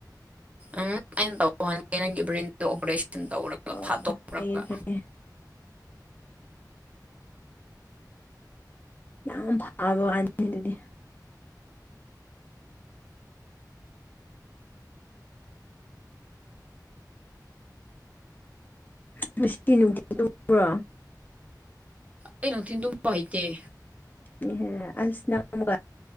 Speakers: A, on the right; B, on the left.
A: ꯎꯝ ꯑꯩꯅ ꯇꯧ ꯍꯟꯒꯦ ꯅꯪꯒꯤ ꯕ꯭ꯔ‌ꯦꯟꯗ‌ꯣ ꯑꯣꯄꯔꯦꯁꯟ ꯇꯧꯔꯒ
B: ꯑꯣ
A: ꯐꯥꯠꯇꯣꯛ꯭ꯔꯒ
B: ꯐꯩꯌꯦ ꯐꯩꯌꯦ ꯌꯥꯝ ꯐꯥꯕ ꯋꯥꯅ‌ꯦ ꯑꯗꯨꯗꯤ ꯉꯁꯤꯒꯤ ꯅꯨꯡꯊꯤꯜ ꯇꯨꯝꯕ꯭ꯔꯣ
A: ꯑꯩ ꯅꯨꯡꯊꯤꯟ ꯇꯨꯝꯕ ꯍꯩꯇ‌ꯦ
B: ꯉꯤꯍ‌ꯦ ꯑꯁ ꯅꯪ ꯑꯃꯨꯛꯀ